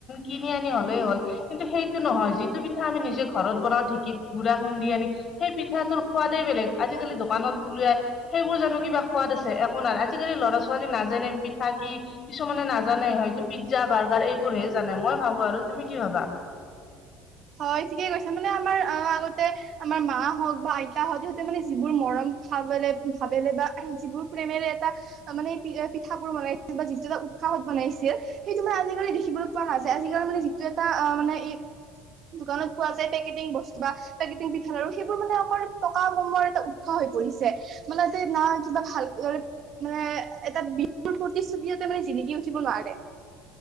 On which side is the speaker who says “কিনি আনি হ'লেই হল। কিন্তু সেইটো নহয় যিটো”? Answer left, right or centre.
Left